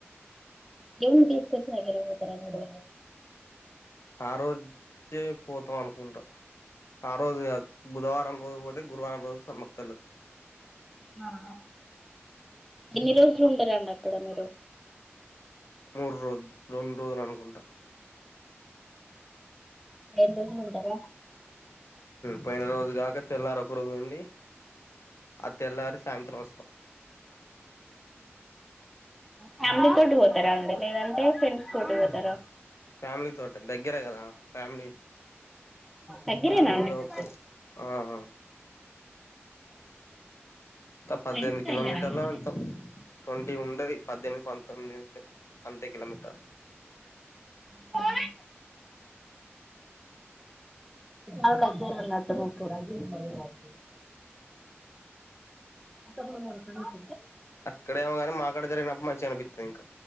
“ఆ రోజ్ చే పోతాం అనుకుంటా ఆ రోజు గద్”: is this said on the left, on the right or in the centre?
Left